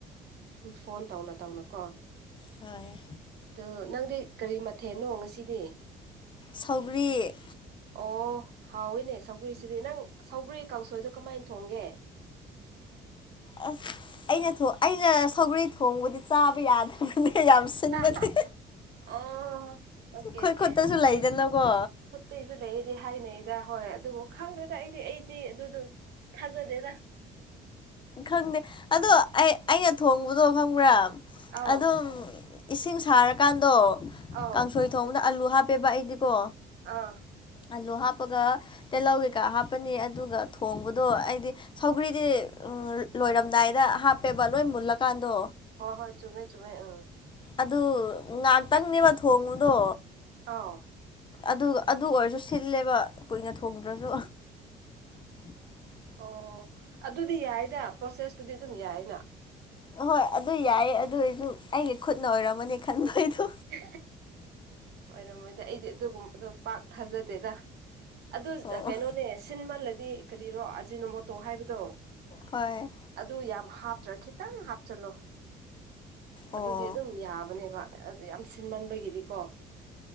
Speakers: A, on the right; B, on the left.
A: ꯐꯣꯟ ꯇꯧꯅ ꯇꯧꯅ ꯀꯣ
B: ꯍꯥꯏꯌ‌ꯦ
A: ꯗꯣ ꯅꯪꯗꯤ ꯀꯔꯤ ꯃꯊꯦꯜꯅꯣ ꯉꯁꯤꯗꯤ
B: ꯁꯧꯒ꯭ꯔꯤ
A: ꯑꯣ ꯍꯥꯎꯋꯤꯅꯦ ꯁꯧꯒ꯭ꯔꯤꯁꯤꯗꯤ ꯅꯪ ꯁꯧꯒ꯭ꯔꯤ ꯀꯥꯡꯁꯣꯏꯗꯣ ꯀꯃꯥꯏꯅ ꯊꯣꯡꯒꯦ
B: ꯑꯁ ꯑꯩꯅ ꯊꯣ ꯑꯩꯅ ꯁꯧꯒ꯭ꯔꯩ ꯊꯣꯡꯕꯗꯤ ꯆꯥꯕ ꯌꯥꯗꯕꯅꯦ ꯌꯥꯝ ꯁꯤꯟꯕꯗꯤ
A: ꯍꯥ ꯑꯣ ꯑꯣꯀꯦ
B: ꯈꯣꯏ
A: ꯑꯣꯀꯦ
B: ꯈꯨꯠꯇꯁꯨ ꯂꯩꯗꯅꯀꯣ
A: ꯈꯨꯠꯇꯩꯁꯨ ꯂꯩꯌ‌ꯦꯗꯤ ꯍꯥꯏꯅꯩꯗ ꯍꯣꯏ ꯑꯗꯨꯕꯨ ꯈꯪꯗꯦꯗ ꯑꯩꯗꯤ ꯑꯩꯗꯤ ꯑꯗꯨꯗꯣ ꯊꯥꯖꯗꯦꯗ
B: ꯈꯪꯗꯦ ꯑꯗꯣ ꯑꯩ ꯑꯩꯅ ꯊꯣꯡꯕꯗꯣ ꯈꯪꯕ꯭ꯔꯥ
A: ꯑꯧ
B: ꯑꯗꯨꯝ ꯏꯁꯤꯡ ꯁꯥꯔꯀꯥꯟꯗꯣ
A: ꯑꯧ
B: ꯀꯥꯡꯁꯣꯏ ꯊꯣꯡꯕꯗ ꯑꯂꯨ ꯍꯥꯞꯄꯦꯕ ꯑꯩꯗꯤꯀꯣ
A: ꯑꯥ
B: ꯑꯂꯨ ꯍꯥꯞꯄꯒ ꯇꯤꯜꯍꯧ ꯀꯩꯀꯥ ꯍꯥꯞꯄꯅꯤ ꯑꯗꯨꯒ ꯊꯣꯡꯕꯗꯣ ꯑꯩꯗꯤ ꯁꯧꯒ꯭ꯔꯤꯗꯤ ꯎꯝ ꯂꯣꯏꯔꯝꯗꯥꯏꯗ ꯍꯥꯞꯄꯦꯕ ꯂꯣꯏ ꯃꯨꯜꯂꯀꯥꯟꯗꯣ
A: ꯍꯣꯏ ꯍꯣꯏ ꯆꯨꯝꯃꯦ ꯆꯨꯝꯃꯦ ꯑꯥ
B: ꯑꯗꯨ ꯉꯥꯛꯇꯪꯅꯦꯕ ꯊꯣꯡꯕꯗꯣ
A: ꯑꯥꯎ
B: ꯑꯗꯨ ꯑꯗꯨ ꯑꯣꯏꯔꯁꯨ ꯁꯤꯜꯂꯦꯕ ꯀꯨꯏꯅ ꯊꯣꯡꯗ꯭ꯔꯁꯨ <inaudible>
A: ꯑꯣ ꯑꯗꯨꯗꯤ ꯌꯥꯏꯗ ꯄ꯭ꯔꯣꯁꯦꯁꯇꯨꯗꯤ ꯑꯗꯨꯝ ꯌꯥꯏꯅ
B: ꯍꯣꯏ ꯑꯗꯨ ꯌꯥꯏꯌꯦ ꯑꯗꯨ ꯑꯣꯏꯁꯨ ꯑꯩꯒꯤ ꯈꯨꯠꯅ ꯑꯣꯏꯔꯝꯃꯅꯤ ꯈꯟꯕ ꯑꯩꯗꯣ
A: <unintelligible> ꯑꯣꯏꯔꯝꯃꯣꯏꯗ ꯑꯩꯗꯤ ꯑꯗꯨꯒꯨꯝꯕꯗꯣ ꯄꯥꯛ ꯊꯥꯖꯗꯦꯗ ꯑꯗꯨ
B: ꯑꯣ
A: ꯀꯩꯅꯣꯅꯦ ꯁꯤꯟꯃꯜꯂꯗꯤ ꯀꯔꯤꯔꯣ ꯑꯖꯤꯅꯣꯃꯣꯇꯣ ꯍꯥꯏꯕꯗꯣ
B: ꯍꯣꯏ
A: ꯑꯗꯨ ꯌꯥꯝ ꯍꯥꯞꯇ꯭ꯔꯥ ꯈꯤꯇꯪ ꯍꯥꯞꯆꯤꯜꯂꯣ
B: ꯑꯣ
A: ꯑꯗꯨꯗꯤ ꯑꯗꯨꯝ ꯌꯥꯕꯅꯦꯕ ꯑꯗꯨ ꯌꯥꯝ ꯁꯤꯟꯃꯟꯕꯒꯤꯗꯤꯀꯣ